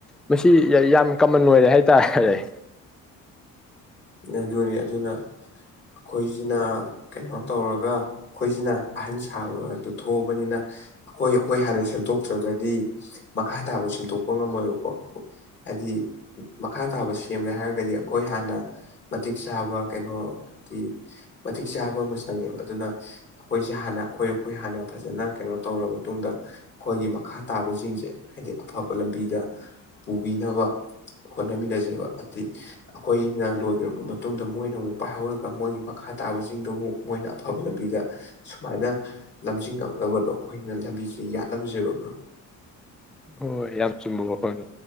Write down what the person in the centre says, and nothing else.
ꯃꯁꯤ ꯌꯥꯝ ꯀꯃꯟ ꯑꯣꯏꯔꯦ ꯍꯥꯏꯇꯥꯥꯔꯦ
ꯍꯣꯏ ꯌꯥꯝ ꯆꯨꯝꯕ ꯋꯥꯈꯐꯝꯅꯤ